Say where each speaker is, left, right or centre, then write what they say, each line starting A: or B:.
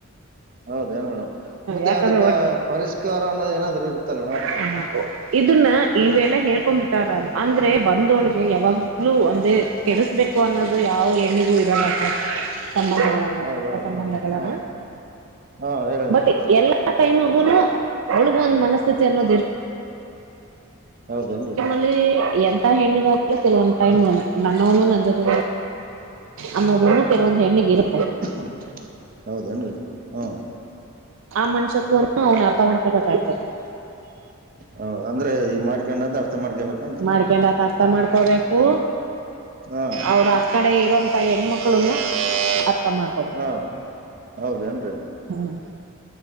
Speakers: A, on the right (about 40°); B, on the right (about 65°).
A: ಹೌದೇನ್ ಮೇಡಮ್ ಮತ್ತೆ
B: ಯಾಕಂದ್ರೆ
A: ಅದಕ್ಕ
B: ಒ
A: ಪರಿಷ್ಕಾರ ಅನ್ನದ್ ಏನಾದ್ರ ಇರ್ತಲ್ಲ ಮೇಡಮ್
B: ಹ <inaudible> ಇದುನ್ನ ಈವೆಲ್ಲ ಹೇಳ್ಕೊಂ ಬಿಟ್ಟಾರ ಅಂದ್ರೆ ಬಂದೋಳಗೆ ಯಾವಾಗ್ಲೂ ಒಂದೆ ಕೆಡಿಸ್ಬೇಕು ಅನ್ನೋದು ಯಾವ ಹೆಣ್ಣೆಗೂ ಇರಲ್ಲ ಸರ್ ಸಂಬಧ
A: ಹೌದೌದು
B: ದತ್ತ ಸಂಬಂಧಗಳಣ
A: ಮೇಡಮ್ ಹಾ ಹಾ ಹೇಳಿ
B: ಬಟ್
A: ಮೇಡಮ್
B: ಎಲ್ಲಾ ಟೈಮಗು ಒಳಗ ಒಂದ್ ಮನಸ್ಥಿತಿ ಕೆೊ
A: ಹೌದೇನ್ರಿ
B: ಲ್ಲಿ ಎಂತ ಹೆಣ್ಣಗಾಗ ಕೆಲವೊಂದ್ ಟೈಮ್ ನನ್ನವ್ನು ನನ್ ಜೊತೆ ಅನ್ನೋದು ಇನ್ನು ಕೆಲವಂದ ಹೆ್ಣಿಗ ಇರುೆ
A: <unintelligible> ಹೌದೇನ್ರಿ ಹಾ
B: ಆ ಮನುಷ್ಯತ್ವನು ಅವ್ನ್ ಅರ್ಥಮಾಡ್ಕೊಬೆಕಾಗಿತ್ತಿ
A: ಹ ಅಂದ್ರೆ ಈ ಮಾಡ್ಕೊಂಡತ ಅರ್ಥ ಮಾಡ್ಕೇಬೇಕ
B: ಮಾಡ್ಕೆಂಡತ ಅರ್ಥ ಮಾಡ್ಕೋಬೇಕು
A: ಹಾ
B: ಅವ್ರ <unintelligible> ಕಡೆ ಇರುವಂತಹ ಹೆಣ್ಮಕ್ಳುನು ಅರ್ಥ ಮಾಡ್
A: ಹಾ ಹೌದನ್ರಿ
B: ಹಾಂ